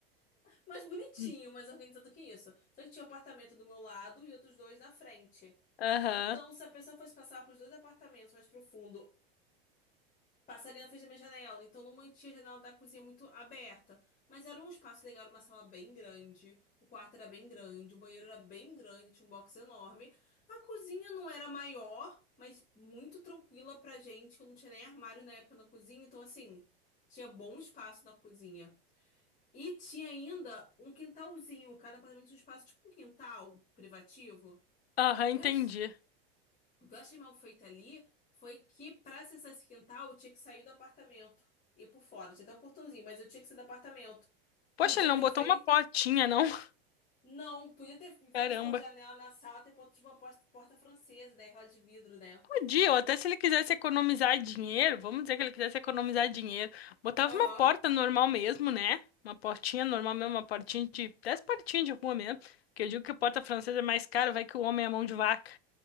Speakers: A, on the left; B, on the left.
A: Mais bonitinho,
B: Hum.
A: mais organizado que isso. Só que tinha um apartamento do meu lado e outros dois na frente.
B: Aham,
A: Então, se a pessoa fosse passar pros dois apartamentos mais pro fundo, passaria na frente da minha janela. Então, não mantinha a janela da cozinha muito aberta. Mas era um espaço legal, era uma sala bem grande. O quarto era bem grande, o banheiro era bem grande, tinha um box enorme. A cozinha não era maior, mas muito tranquila pra gente, que eu não tinha nem armário na época na cozinha. Então, assim, tinha bom espaço na cozinha. E tinha ainda um quintalzinho, cada apartamento tinha um espaço tipo um quintal privativo.
B: aham,
A: O que
B: entendi.
A: eu, ach- o que eu achei mal feito ali foi que pra acessar esse quintal eu tinha que sair do apartamento e ir por fora. Tinha até um portãozinho, mas eu tinha que sair do apartamento.
B: Poxa,
A: Podia
B: ele não
A: ter
B: botou
A: feito.
B: uma portinha, não? <laughs>
A: Não, podia ter, ao invés
B: Caramba.
A: de pôr janela na sala, ter posto tipo, uma porta, porta francesa, né? Aquela de vidro, né?
B: Podia, ou até se ele quisesse economizar dinheiro, vamos dizer que ele quisesse economizar dinheiro, botava
A: Aham.
B: uma porta normal mesmo, né? Uma portinha normal mesmo, uma portinha de 10 portinhas de rua mesmo. Que eu digo que a porta francesa é mais cara, vai que o homem é mão de vaca.